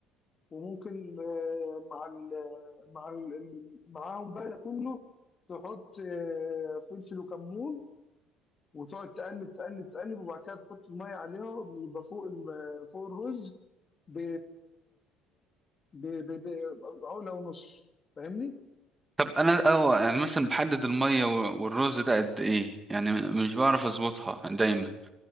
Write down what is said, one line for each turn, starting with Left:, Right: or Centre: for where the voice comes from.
Left: وممكن آه مع ال مع ال ال- معاهم بقى ده كله تحط آه فلفل وكمون وتقعد تقلب تقلب تقلب وبعد كده تحط المية عليهم يبقى فوق الم- فوق الرز ب ب- ب- ب- عقلة ونص فاهمني؟
Right: طب انا اه يعني مثلا بحدد الميه و- والرز ده قد ايه يعني مش بعرف اظبطها دايما